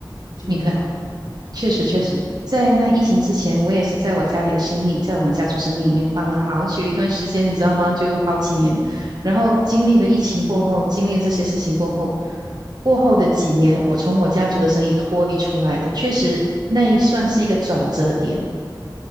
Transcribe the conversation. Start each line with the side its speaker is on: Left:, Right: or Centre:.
Left: 就这种。
Right: 明白，确实确实，
Left: 对
Right: 在那疫情之前，我也是在我家里的生意，在我们家族生意里面帮了好久一段时间，你知道吗？就好几年。然后经历了疫情过后，经历了这些事情过后，过后的几年，我从我家族的生意脱离出来了，确实那算是一个转折点。